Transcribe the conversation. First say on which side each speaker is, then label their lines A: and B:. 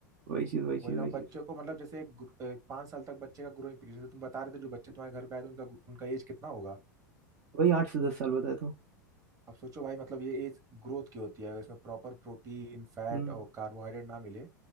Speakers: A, on the right; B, on the right.
A: वही चीज़ वही चीज़
B: वही ना
A: वही चीज़
B: बच्चे को मतलब जैसे एक, ग्रो- एक पाँच साल तक बच्चे का ग्रोइंग पीरियड जैसे तुम बता रहे थे जो बच्चे तुम्हारे घर पे आए थे उनका उनका एज कितना होगा
A: वही आठ से दस साल बताए तो
B: अब सोचो भाई मतलब ये एज ग्रोथ की होती है अगर इसमें प्रॉपर प्रोटीन फैट
A: हम्म
B: और कार्बोहाइड्रेट ना मिले